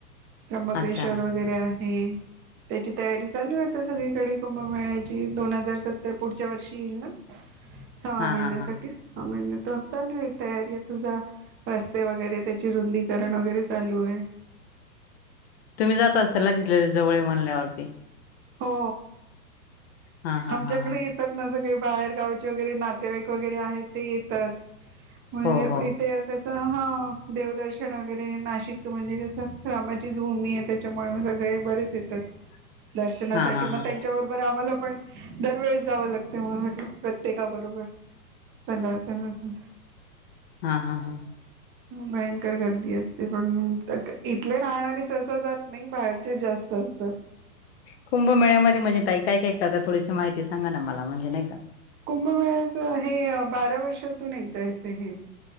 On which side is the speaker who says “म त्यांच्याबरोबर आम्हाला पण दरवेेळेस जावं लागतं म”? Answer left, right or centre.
Right